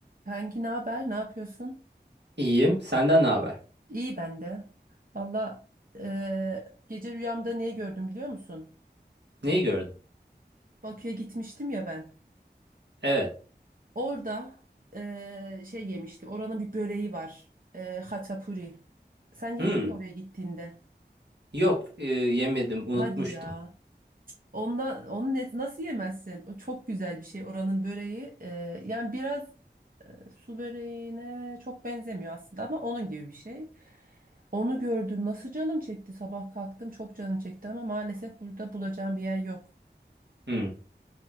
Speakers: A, on the right (about 50°); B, on the right (about 75°).
A: Kanki ne haber? Ne yapıyorsun?
B: İyiyim. Senden ne haber?
A: İyi ben de. Valla eee, gece rüyamda neyi gördüm biliyor musun?
B: Neyi gördün?
A: Bakü'ye gitmiştim ya ben.
B: Evet.
A: Orada eee, şey yemiştim. Oranın bir böreği var. Eee haçapuri. Sen yedin
B: Hmm.
A: mi oraya gittiğinde?
B: Yok, e, yemedim, unutmuştum.
A: Hadi ya. Onda, onu ne- nasıl yemezsin? O çok güzel bir şey oranın böreği. Eee, yani biraz E, Su böreğine çok benzemiyor aslında ama onun gibi bir şey. Onu gördüm. Nasıl canım çekti sabah kalktım. Çok canım çekti ama maalesef burada bulacağım bir yer yok.
B: Hmm.